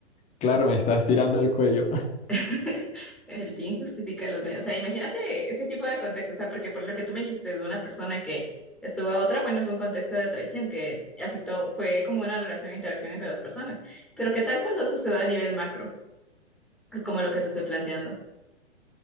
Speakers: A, on the left; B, in the centre.
A: Claro, me estás tirando el cuello. <laughs>
B: <laughs> El fin justifica los medios. O sea, imagínate ese tipo de contexto. O sea, porque por lo que tú me dijiste de una persona que estuvo a otra, bueno, es un contexto de traición que afectó, fue como una relación, interacción entre dos personas. Pero ¿qué tal cuando eso se da a nivel macro? Como lo que te estoy planteando.